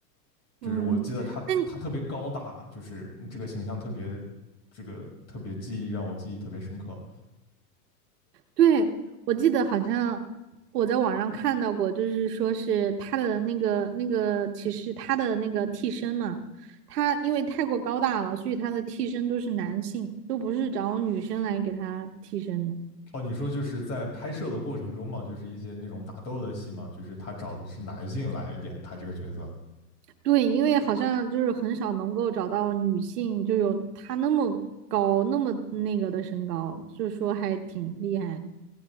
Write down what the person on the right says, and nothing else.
嗯，那
对，我记得好像我在网上看到过，就是说是他的那个那个其实他的那个替身嘛，他因为太过高大了，所以他的替身都是男性，都不是找女生来给他替身的。
对，因为好像就是很少能够找到女性就有他那么高那么那个的身高，就说还挺厉害的。